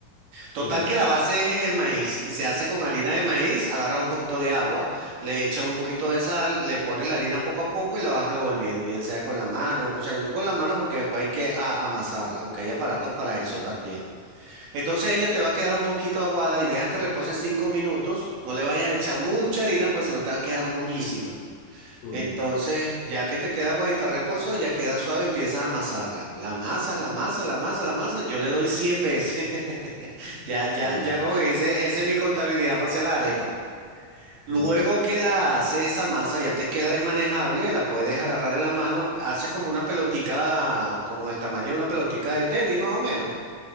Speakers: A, on the right; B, on the left.
A: Total
B: Mm,
A: que la base es el maíz y se hace con harina de maíz, agarras un poquito de agua, le echas un poquito de sal, le pones la harina poco a poco y la vas revolviendo, bien sea con la mano, un cucharo. Yo con la mano porque después hay que a- amasarla, aunque hay aparatos para eso
B: mm,
A: también. Entonces ella te va a quedar un poquito aguada y deja que repose cinco minutos, no le vayas a echar mucha harina porque si no te va a quedar durísima.
B: mm,
A: Entonces, ya que te queda aguadita reposo, ya queda suave, empiezas a amasarla. La amasas, la amasas, la amasas, la amasas. Yo le doy 100 veces. Ya, ya,
B: bien.
A: ya como que dice, esa es mi contabilidad para hacer la arepa. Luego
B: mm,
A: que la haces esa masa, ya te queda desmanejable, la puedes agarrar en la mano, haces como una pelotica, como del tamaño de una pelotica de tenis más o menos,